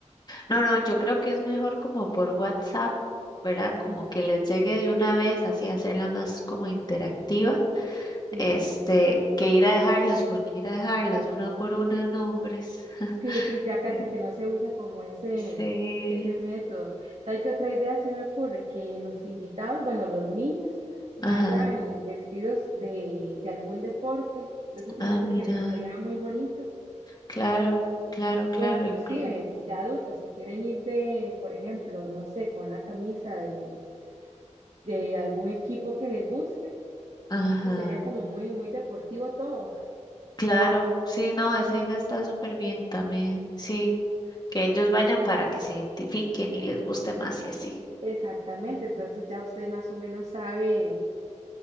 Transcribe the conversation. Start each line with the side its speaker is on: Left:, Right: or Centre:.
Left: No, no, yo creo que es mejor como por WhatsApp, ¿verdad? Como
Right: Ujú.
Left: que les llegue de una vez, así hacerla más como interactiva,
Right: Sí,
Left: este, que ir a dejarlas, <laughs> porque ir a dejarlas una por una, nombres.
Right: sí, sí, ya casi
Left: Sí,
Right: que no se usa como ese,
Left: sí,
Right: ese método. ¿Sabe qué otra idea se me ocurre? Que los invitados, bueno, los niños, vayan
Left: ajá,
Right: vestidos de, de algún deporte. Entonces, imagínense,
Left: ah, mira,
Right: le quedaría muy bonito.
Left: claro, claro, claro,
Right: O inclusive,
Left: inclu-
Right: ya adultos, si quieren ir de, por ejemplo, no sé, con una camisa de, de algún equipo que le guste,
Left: ajá,
Right: pues sería como muy, muy deportivo todo.
Left: claro, sí, no, esa idea está súper bien también, sí, que ellos vayan para que se identifiquen y les guste más y así.
Right: Exactamente, entonces ya usted más o menos sabe